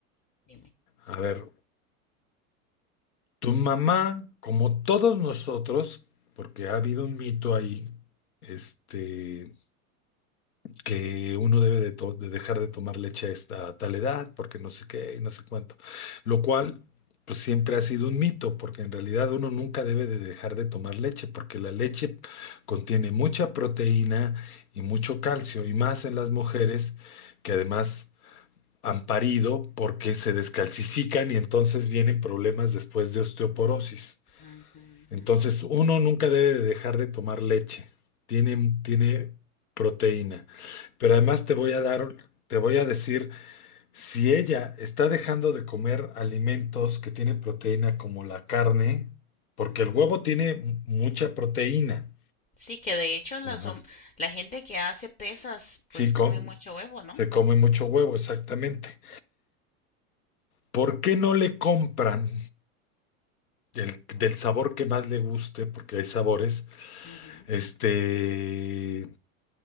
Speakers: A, on the left (about 20°); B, on the left (about 85°).
A: Dime.
B: A ver, tu mamá, como todos nosotros, porque ha habido un mito ahí, este, que uno debe de, to- de dejar de tomar leche a esta a tal edad, porque no sé qué y no sé cuánto. Lo cual, pues siempre ha sido un mito, porque en realidad uno nunca debe de dejar de tomar leche, porque la leche contiene mucha proteína y mucho calcio, y más en las mujeres que además han parido porque se descalcifican y entonces vienen problemas después de osteoporosis.
A: Ujú,
B: Entonces, uno nunca debe de dejar de tomar leche. Tiene, tiene proteína. Pero además te voy a dar, te voy a decir, si ella está dejando de comer alimentos que tienen proteína como la carne, porque
A: ujú,
B: el
A: ujú.
B: huevo tiene m- mucha proteína.
A: Sí, que de hecho las
B: Ajá.
A: hom- la gente que hace pesas
B: Sí,
A: pues come
B: com-
A: mucho huevo, ¿no?
B: se come mucho huevo, exactamente. ¿Por qué no le compran del, del sabor que más le guste, porque hay sabores,
A: Ujú.
B: este,